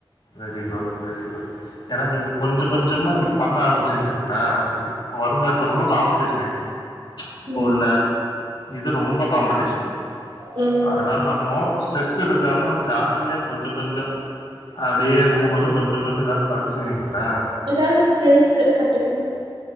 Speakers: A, on the left (about 60°); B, on the right (about 75°).
A: வெரி குட் வெரி குட் ஏனா நீங்க கொஞ்ச கொஞ்சமா இப்டி பண்ண ஆரம்பிச்சிரு்சுங்களா இப்ப வருங்க காலத்துல ரொம்ப காம்படேஷன் ஆய்டுச்சு இப்போ
B: ம்
A: உள்ள இது ரொம்ப காம்படேஷன்
B: ம்
A: அதனால நம்மோஸ்ட்ரெஸ் எடுக்காம ஜாலியா கொஞ்ச கொஞ்சோ அப்டியே மூணு வருஷம் கொஞ்ச கொஞ்ச தா படிச்சிவீங்ளா
B: ஏதாவது ஸ்கில்ஸு கத்துக்கணு